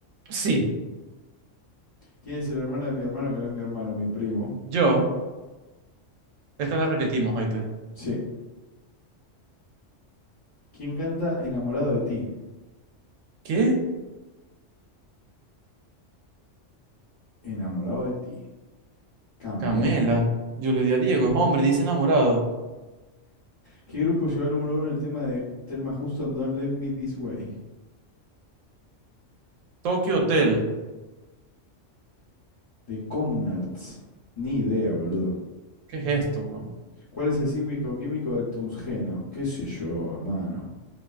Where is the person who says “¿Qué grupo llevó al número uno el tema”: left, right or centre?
Left